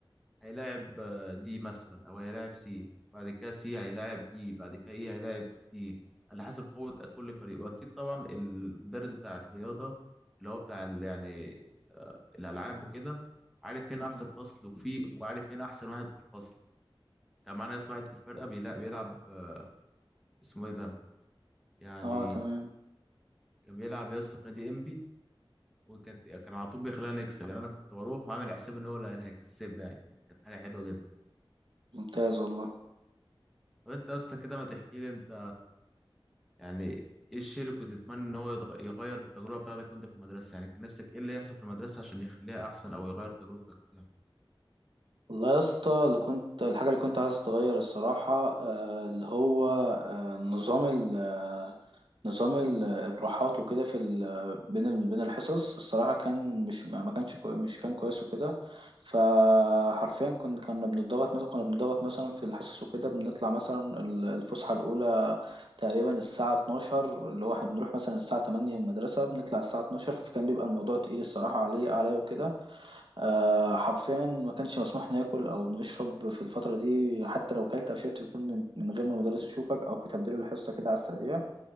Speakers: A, in the centre; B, on the right (about 65°).
A: هيلاعب آه، دي مثلا او هيلاعب سي بعد كده سي هيلاعب اي بعد كده اي هيلاعب دي على حسب قوة كل فريق واكيد طبعا المدرس بتاع الرياضة اللي هو بتاع ال- يعني آه، الالعاب وكده عارف فين
B: مم.
A: احسن فصل وفي وعارف فين احسن واحد في الفصل كان معانا يس واحد في الفرقة بيلعب, بيلعب آه، اسمه ايه ده يعني
B: اه تمام
A: كان بيلعب يا اسطى في نادي انبي وكانت كان على طول بيخلينا نكسب يعني انا كنت بروح وعامل حساب ان هو اللي هيكسبنا يعني كانت حاجة حلوة جدا
B: ممتاز والله
A: طب انت يا اسطى كده ما تحكي لي انت يعني ايه الشيء اللي كنت تتمنى ان هو يتغ- يغير التجربه بتاعتك وانت في المدرسه يعني كان نفسك ايه اللي يحصل في المدرسه عشان يخليها احسن او يغير تجربتك فيها
B: والله يا اسطى اللي كنت الحاجة اللي كنت عايز اتغير الصراحة آه، اللي هو آه، نظام ال آه، نظام ال- الراحات وكده في ال بين ال بين الحصص الصراحة كان مش ما ما كانش كوي مش كان كويس وكده فحرفيا كنا كنا بنضغط مثلا كنا بنضغط مثلا في الحصص وكده بنطلع مثلا ال- الفسحة الأولى تقريبا الساعة 12 اللي هو احنا بنروح مثلا الساعة 8 المدرسة بنطلع الساعة 12 فكان بيبقى الموضوع تقيل الصراحة عليا عليا وكده آه حرفيا ما كانش مسموح ناكل او نشرب في الفتره دي حتى لو كلت او شربت بيكون من, من غير ما المدرس يشوفك او في تبديل الحصه كده على السريع